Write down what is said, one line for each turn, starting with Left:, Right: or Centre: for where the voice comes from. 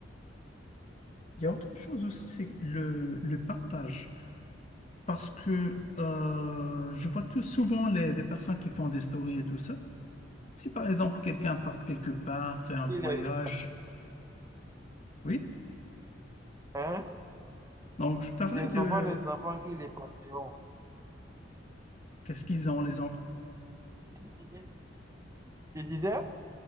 Left: Il y a autre chose aussi, c'est le, le partage. parce que euh, je vois tout souvent les, des personnes qui font des stories et tout ça. Si par exemple quelqu'un part quelque part, fait un
Right: Il
Left: voyage,
Right: est-
Left: oui.
Right: Hein?
Left: Donc je parlais
Right: Ce ne
Left: de
Right: sont pas les enfants qui les parleront.
Left: qu'est-ce qu'ils ont les enfants.
Right: Tu, tu dis- tu disais?